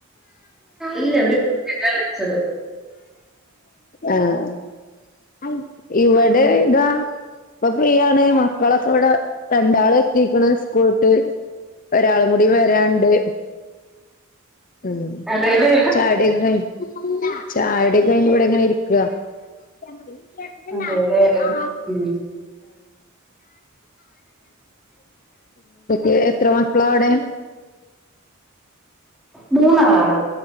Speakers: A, in the centre; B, on the left.
A: ഇല്ല <unintelligible>
B: ആഹ ആ ഇവിടെ
A: ഉം
B: ഇതാ ഇപ്പൊ ഫ്രീയാണ് മക്കളൊക്കെ ഇവിടെ രണ്ടാള് എത്തിക്ക്ണ് സ്കൂളട്ട് ഒരാളും കൂടി വരാണ്ട് ഉ
A: അതേല്ലേ
B: ചായുടിക്കെ ചായുടി ക്കെ കഴിഞ് ഇവിടെങ്ങനെ ഇര്ക്കാ <unintelligible>
A: അതേല്ലേ
B: ആ
A: ഉം
B: ഏയ് എത്ര മക്കളാ അവിടെ
A: മൂന്നാളാണ്